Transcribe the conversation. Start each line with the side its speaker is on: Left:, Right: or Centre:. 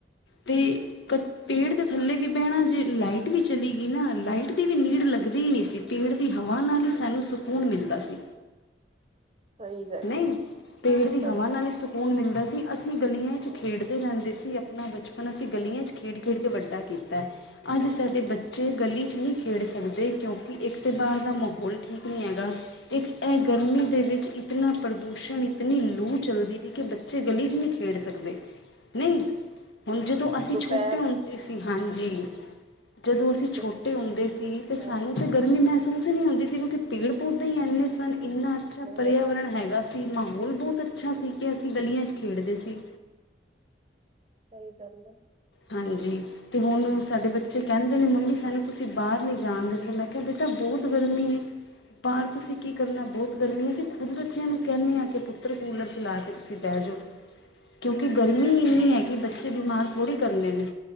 Left: ਤੇ ਇਕ ਪੇੜ ਦੇ ਥੱਲੇ ਵੀ ਬਹਿਣਾ ਜੇ ਲਾਈਟ ਵੀ ਚਲੀ ਗਈ ਨਾ ਲਾਈਟ। ਇਹਨਾਂ ਦੀ ਨੀੜ ਲੱਗਦੀ ਹੀ ਨਹੀਂ ਸੀ ਪੇੜ ਦੀ ਹਵਾ ਨਾਲ ਹੀ ਸਾਨੂੰ ਸਕੂਨ ਮਿਲਦਾ ਸੀ।
Right: ਸਹੀ ਗੱਲ
Left: ਨਹੀਂ,
Right: ਹੈ
Left: ਪੇੜ ਦੀ
Right: ਸਹੀ
Left: ਹਵਾ ਨਾਲ
Right: ਗੱਲ
Left: ਹੀ ਸੁੱਕ ਸਕੂਨ ਮਿਲਦਾ ਸੀ, ਅਸੀਂ ਗਲੀਆਂ 'ਚ ਖੇਡਦੇ ਰਹਿੰਦੇ ਸੀ। ਆਪਣਾ ਬਚਪਨ ਅਸੀਂ ਗਲੀਆਂ 'ਚ ਖੇਡ-ਖੇਡ ਕੇ ਵੱਡਾ ਕੀਤਾ। ਅੱਜ ਸਾਡੇ ਬੱਚੇ ਗਲੀ 'ਚ ਨਹੀਂ ਖੇਡ ਸਕਦੇ। ਕਿਉਂਕਿ ਇੱਕ ਤਾਂ ਬਾਹਰ ਦਾ ਮਾਹੌਲ ਠੀਕ ਨਹੀਂ ਹੈਗਾ। ਇੱਕ ਇਹ ਗਰਮੀ ਦੇ ਵਿੱਚ ਇਤਨਾ ਪ੍ਰਦੂਸ਼ਣ ਇਤਨੀ ਲੂ ਚੱਲਦੀ ਪਈ, ਕਿ ਬੱਚੇ ਗਲੀ ਚ ਨਹੀਂ ਖੇਡ ਸਕਦੇ। ਨਹੀਂ, ਹੁਣ ਜਦੋਂ ਅਸੀਂ
Right: ਦੁਪਹਿਰ
Left: ਛੋਟੇ ਹੁੰਦੇ ਸੀ, ਹਾਂਜੀ। ਜਦੋਂ ਅਸੀਂ ਛੋਟੇ
Right: ਦੁ
Left: ਹੁੰਦੇ ਸੀ। ਤਾਂ ਸਾਨੂੰ
Right: ਹਾਂਜੀ
Left: ਗਰਮੀ ਮਹਿਸੂਸ ਹੀ ਨਹੀਂ ਹੁੰਦੀ ਸੀ, ਕਿਉਂਕਿ ਪੇੜ ਪੌਧੇ ਹੀ ਇੰਨੇ ਸਨ ਇੰਨਾ ਅੱਛਾ
Right: ਬਹੁਤ
Left: ਪਰਿਆਵਰਨ
Right: ਸਹੀ
Left: ਦਾ ਸੀ ਮਾਹੌਲ ਬਹੁਤ ਅੱਛਾ ਸੀ, ਕਿ ਅਸੀਂ ਗਲੀਆਂ 'ਚ ਖੇਡਦੇ ਸੀ।
Right: ਸਹੀ ਗੱਲ ਐ।
Left: ਹਾਂਜੀ। ਤੇ ਹੁਣ ਸਾਡੇ ਬੱਚੇ ਕਹਿੰਦੇ ਨੇ ਮੰਮੀ ਸਾਨੂੰ ਤੁਸੀਂ ਬਾਹਰ ਨਹੀਂ ਜਾਣ ਦਿੰਦੇ, ਮੈਂ ਕਿਹਾ ਬੇਟਾ ਬਹੁਤ ਗਰਮੀ ਹੈ। ਪਰ, ਤੁਸੀਂ ਕੀ ਕਰਨਾ ਬਹੁਤ ਗਰਮੀ ਅਸੀਂ ਖੁਦ ਬੱਚਿਆਂ ਨੂੰ ਕਹਿੰਦੇ ਹਾਂ, ਕਿ ਪੁੱਤਰ ਕੂਲਰ ਚਲਾ ਕੇ ਤੁਸੀਂ ਬਹਿ ਜਾਓ, ਕਿਉਂਕਿ ਗਰਮੀ ਇੰਨੀ ਹੈ। ਕਿ ਬੱਚੇ ਬਿਮਾਰ ਥੋੜ੍ਹੇ ਕਰਨੇ ਨੇ।